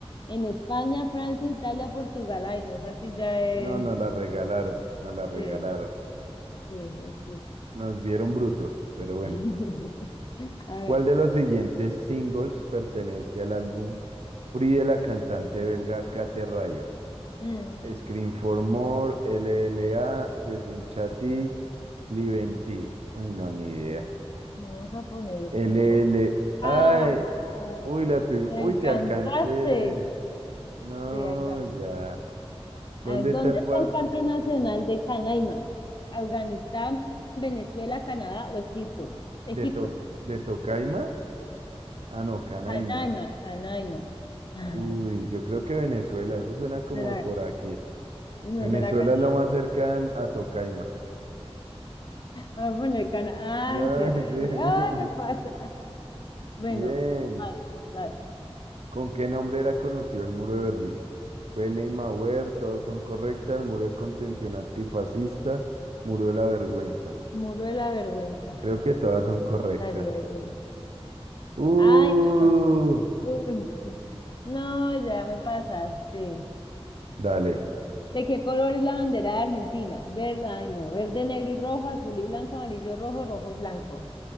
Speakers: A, on the left (about 45°); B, on the right (about 75°).
A: En España, Francia, Italia, Portugal. Ay, no, esa sí ya es.
B: No, nos la regalaron, nos la regalaron.
A: Sí, sí, esa sí.
B: Nos vieron brutos, pero bueno.
A: <laughs> A
B: ¿Cuál
A: ver,
B: de los siguientes singles pertenece al álbum Free de la cantante belga Kate Ryan?
A: mm,
B: Scream for More, LLA, Desenchati, Live en Ti. Uy, no, ni idea.
A: vamos a poner esto
B: L
A: importante.
B: L, Ay,
A: Ah, ay,
B: uy, la tuvimos.
A: te
B: Uy,
A: alcanzaste.
B: te alcancé. No,
A: Sí, ahí va.
B: ya. ¿Dónde
A: A ver, ¿dónde
B: está el
A: está
B: parque?
A: el Parque Nacional de Canaima? Afganistán, Venezuela, Canadá o Egipto. Egipto.
B: ¿De Toc- de Tocaima? Ah, no, Canaima.
A: Canaima, Canaima. <laughs>
B: Uy, yo creo que Venezuela. Eso suena como
A: ¿Será?
B: de por aquí.
A: No
B: Venezuela
A: será Canaima.
B: es lo más cercano a Tocaima.
A: A poner cana.
B: No,
A: Ay, sí, era
B: <laughs> sí.
A: ese. Ay, me pasa. <laughs> Bueno,
B: Bien.
A: vas. vas.
B: ¿Con qué nombre era conocido el muro de Berlín? Belén Mauer, todos son correctas. Muro de contención antifascista, muro de la vergüenza.
A: Muro de la vergüenza,
B: Creo que todas son correctas.
A: estaría yo.
B: Uh,
A: Ay, no. Uy, sí. No, ya me pasaste.
B: dale.
A: ¿De qué color es la bandera de Argentina? Verde, ay, no. Verde, negro y rojo, azul y blanco, amarillo, rojo, rojo y blanco.